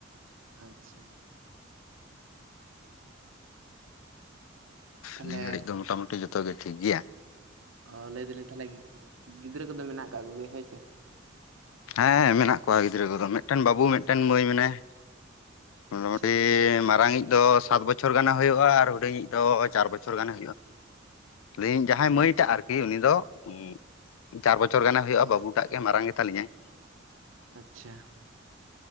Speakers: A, on the right; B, on the left.
A: ᱟᱪᱪᱷᱟ᱾ ᱛᱟᱦᱚᱞᱮ
B: ᱱᱤᱭᱟᱹ ᱜᱷᱟᱹᱲᱤᱡ ᱫᱚ ᱢᱚᱴᱟᱢᱩᱴᱤ ᱡᱷᱚᱛᱚ ᱜᱮ ᱴᱷᱤᱠ ᱜᱮᱭᱟ᱾
A: ᱚ ᱞᱟᱹᱭ ᱫᱟᱹᱞᱤᱧ ᱛᱟᱞᱦᱮ ᱜᱤᱫᱽᱨᱟᱹ ᱠᱚᱫᱚ ᱢᱮᱱᱟᱜ ᱟᱠᱟᱫ ᱠᱚᱜᱮᱭᱟ ᱦᱳᱭ ᱥᱮ?
B: ᱦᱮᱸ ᱢᱮᱱᱟᱜ ᱠᱚᱣᱟ ᱜᱤᱫᱽᱨᱟᱹ ᱠᱚᱫᱚ ᱢᱤᱫᱴᱮᱱ ᱵᱟᱹᱵᱩ ᱢᱤᱫᱴᱮᱱ ᱢᱟᱹᱭ ᱢᱮᱱᱟᱭ᱾ ᱢᱚᱴᱟᱢᱩᱴᱤ
A: ᱟᱪᱪᱷᱟ ᱟᱪᱪᱷᱟ
B: ᱢᱟᱨᱟᱝᱤᱡ ᱫᱚ ᱥᱟᱛ ᱵᱚᱪᱷᱚᱨ ᱜᱟᱱᱮ ᱦᱩᱭᱩᱜᱼᱟ ᱟᱨ ᱦᱩᱰᱤᱧᱤᱡ ᱫᱚ ᱪᱟᱨ ᱵᱚᱪᱷᱚᱨ ᱜᱟᱱᱮ ᱦᱩᱭᱩᱜᱼᱟ᱾ <inaudible> ᱡᱟᱦᱟᱸᱭ ᱢᱟᱹᱭ
A: ᱟᱪ
B: ᱴᱟᱜ ᱟᱨᱠᱤ ᱩᱱᱤ ᱫᱚ ᱩᱸ ᱪᱟᱨ ᱵᱚᱪᱷᱚᱨ ᱜᱟᱱᱮ ᱦᱩᱭᱩᱜᱼᱟ ᱵᱟᱹᱵᱩ ᱴᱟᱜ ᱜᱮ ᱢᱟᱨᱟᱝ ᱜᱮ ᱛᱟᱞᱤᱧᱟᱹᱭ᱾
A: ᱟᱪᱪᱷᱟ᱾